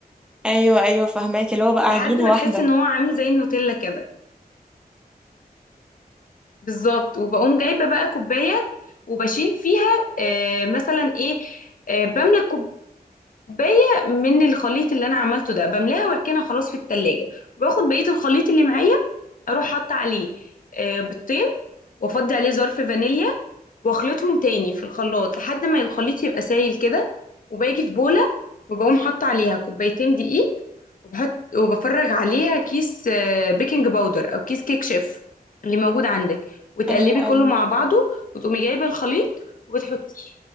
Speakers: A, in the centre; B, on the left.
A: ايوه ايوه فهماك اللي هو بقى
B: لحد
A: عجينة
B: ما
A: واحدة
B: تحس ان هو عامل زي النوتيلا كده بالظبط وبقوم جايبه بقى كوبايه وبشيل فيها أه مثلا ايه أه بملى الكوبايه كوباية من الخليط اللي انا عملته ده بملاها واركنها خلاص في التلاجة باخد بقية الخليط اللي معايا اروح حاطة عليه آه، بيضتين وافضي عليه ظرف فانيليا واخلطهم تاني في الخلاط لحد ما الخليط يبقى سايل كده وباجي في بولة وبقوم حاطة عليها كوبايتين دقيق وبحط وبفرغ عليها كيس آه، بيكنج باودر او كيس كيك شيف اللي موجود عندك وتقلبي
A: ايوه
B: كله
A: ايوه
B: مع بعضه وتقومي جايبة الخليط وتحطيه